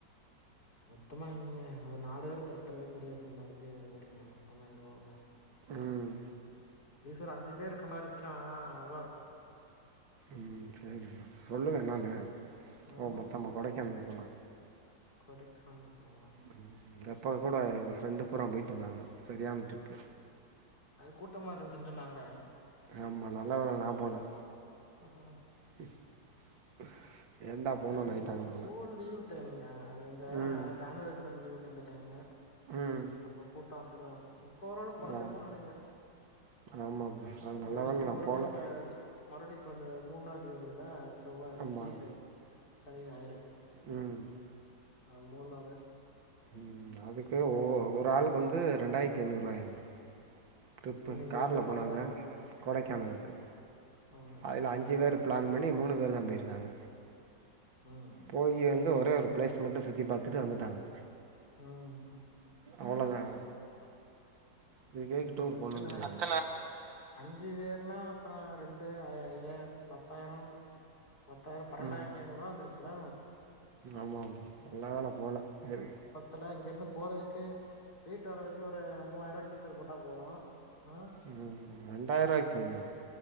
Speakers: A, on the left; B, on the right.
A: மொத்தமா எங்க ஒரு நாலு பேர தெரட்டுறது பெரிய விஷயமா இருக்கு <unintelligible> மொத்தமா எங்க போக
B: ம்
A: அட்லீஸ் ஒரு அஞ்சு பேர் இருக்கமாரி இருந்துச்சுன்னா நல்லாருக்கு
B: ம் சரி ப்ரோ சொல்லுங்க என்னான்னு
A: ம்
B: போவூ மொத்தமா கொடைக்கானல் போலா
A: கொடைக்கானல் போலமா
B: ம் இந்தப்போ கூட எங்க ஃப்ரெண்டு பூரா போயிட்டு வந்தாங்க சரியான ட்ரிப்பு
A: அது கூட்டமா இருந்துச்னு சொன்னாகடே
B: ஆமா நல்ல வேல நா போல
A: <unintelligible>
B: <inaudible> போகணும்னு
A: அது
B: ஆயிட்டாங்க
A: இந்த ஸ்கூல்
B: போல
A: லீவ் டைமுங்க அது இந்த
B: ம்
A: தானுவல் எக்ஸாம் லீவ் உட்டுருந்த டைமு
B: ம்
A: அப்ப கூட்டொ அப்டிதா இருக்கு இப்போ ஓரளவு கொறஞ்சிருக்கு
B: ஆம்
A: நெனக்கிறே
B: ஆமாம் ப்ரோ அது
A: இந்த
B: நல்ல வேளை
A: இப்போ
B: நான்
A: மறுபடியு
B: போகல
A: இப்ப மறுபடியு இப்ப அந்த மூணு நாள் லீவு விடுதுல செவ்வாய்
B: ஆமாம்
A: வெள்ளி செவ்வா சனி ஞாயிறு
B: ம்
A: ஆ மூணு நாளு
B: ம் அதுக்கு ஒ ஒரு ஆளுக்கு வந்து ரெண்டாயிரத்து ஐநூறுூவாயாம்ம ட்ரிப்பு
A: இங்க இங்க
B: கார்ல
A: இருக்க கொடைக்கானல்
B: போனாங்க
A: இருக்கு
B: கொடைக்கானலுக்கு
A: கொடைக்கானலுக்கு
B: அதுல அஞ்சு பேர் பிளான் பண்ணி மூணு பேர் தா போயிருக்காங்க
A: ம்
B: போயேந்து ஒரே ஒரு பிளேஸ் மட்டு சுத்தி பாத்துட்டு வந்துட்டாங்க
A: ம்
B: அவ்ளோதா இதுக்கேக்கு டூர்
A: அத்தன
B: போணுன்ட்டே நானு
A: அஞ்சு வேர்னா அப்பனா ரெண்டு ஐய ஐயாயிர பத்தாயிர பத்தாயிர பன்னென்டாயிரத்து
B: ம்
A: ஐநூறுவா வந்துருச்சுல
B: ஆமா நல்ல வேல போல தெரிய்
A: இப்பனா இங்கிருந்து போறதுக்கு பேயிட்டு வர்ரதுக்கு ஒரு மூவாய்ரவாய்க்கு டீசல் போட்டா போது ஆ
B: ம் ரெண்டாயிரவாய்கு போது